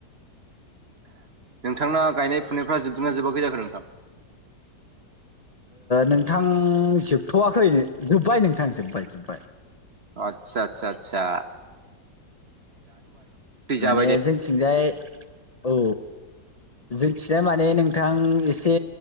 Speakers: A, on the right; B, on the left.
A: नोंथांना गायनाय फुनायफ्रा जोबदोंना जोबाखै जाखो नोंथां?
B: नोंथां जोबथ'वाखै जोब्बाय नोंथां जोबबाय जोब्बाय।
A: आतसा आतसा आतसा
B: माने
A: जाबाय दे
B: जोंथिंजाय औ जोंथिनाय माने नोंथां एसे